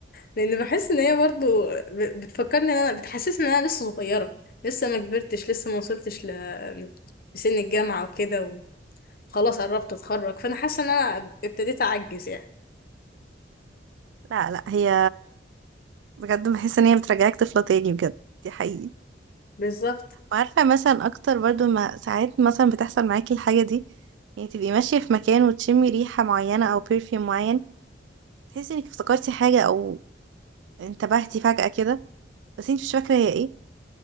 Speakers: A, on the left (about 55°); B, on the right (about 80°).
A: لأن بحس إن هي برضو ب- بتفكرني إن أنا بتحسسني إن أنا لسه صغيرة لسه ما كبرتش لسه ما وصلتش ل... لسن الجامعة وكده وخلاص قربت أتخرج فأنا حاسة إن أنا ابتديت أعجز يعني
B: لا لا هي بجد بحس إن هي بترجعك طفلة تاني بجد دي حقيقي
A: بالظبط
B: وعارفة مثلا أكتر برضو ما ساعات مثلا بتحصل معاكي الحاجة دي يعني تبقي ماشية في مكان وتشمي ريحة معينة أو برفيوم معين تحسي إنك افتكرتي حاجة أو انتبهتي فجأة كده بس انت مش فاكرة هي ايه